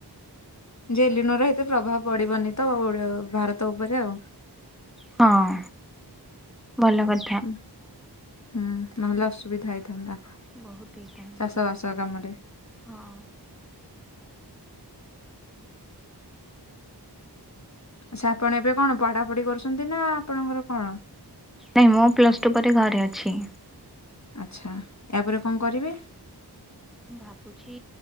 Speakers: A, on the left; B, in the centre.
A: ଜେଲିନୋର ଏତେ ପ୍ରଭାବ ପଡ଼ିବନି ତ ଓ ଭାରତ ଉପରେ ଆଉ।
B: ହଁ ଭଲ କ
A: ହୁଁ ନହେଲେ ଅସୁବିଧା ହେଇଥାନ୍ତା।
B: ବହୁତ ହେଇଥାନ୍ତା
A: ଚାଷବାସ
B: ଯେ
A: କାମରେ।
B: ହଁ।
A: ସା ଆପଣ ଏବେ କଣ ପଢାପଢି କରୁଛନ୍ତି ନା ଆପଣଙ୍କର କଣ?
B: ନାଇଁ ମୁଁ ପ୍ଲଷ୍ଟୁ ପରେ ଘରେ ଅଛି।
A: ଆଚ୍ଛା ଏହାପରେ କଣ କରିବେ?
B: ଭାବୁଛି